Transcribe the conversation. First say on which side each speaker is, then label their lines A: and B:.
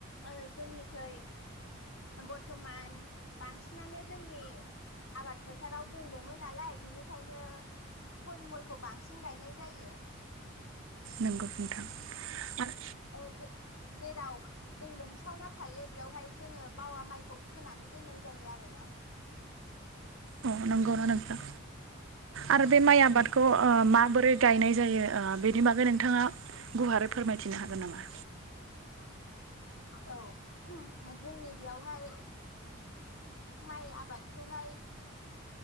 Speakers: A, on the left; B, on the right.
A: आरो जोंनिखै बर्थमान बांसिनानो जोंनि आबाद फोथाराव दोनोमोन नालाय बिनिखायनो फरिमलखौ बांसिन गायनाय जायो
B: नोंगौ नोंथां आरो
A: ओ जे जेराव दै लोमसावना थायो बेयावहाय जोङो बावा माइखौ फोनानै दोननाय जायो आरो ना
B: अ नंगौ ना नोंथां आरो
A: औ
B: बे माइ आबाद खौ माबोरै गायनाय जायो बेनि बागै नोंथाङा गुवारै फोरमायथिनो हागोन नामा
A: औ जोंनि बेयावहाय माइ आबादखौहाय